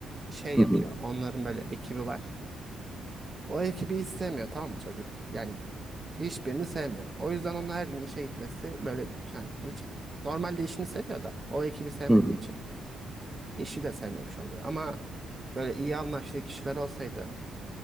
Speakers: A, on the right (about 25°); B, in the centre.
A: şey
B: Hı
A: yapıyor.
B: hı,
A: Onların böyle ekibi var. O ekibi hiç sevmiyor tamam mı çocuk? Yani hiçbirini sevmiyor. O yüzden onun her gün işe gitmesi böyle yani hiç normalde işini seviyor da o ekibi sevmediği
B: hı hı.
A: için işi de sevmemiş oluyor. Ama böyle iyi anlaştığı kişiler olsaydı